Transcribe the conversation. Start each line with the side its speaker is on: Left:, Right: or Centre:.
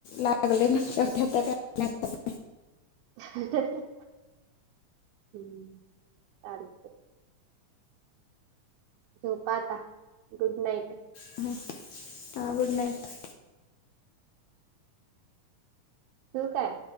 Left: लागले म्हनल्यावर <unintelligible>
Right: हम्म सार झोपा आता, गुड नाईट.
Left: ह्म, हां गुड नाईट.
Right: तू काय?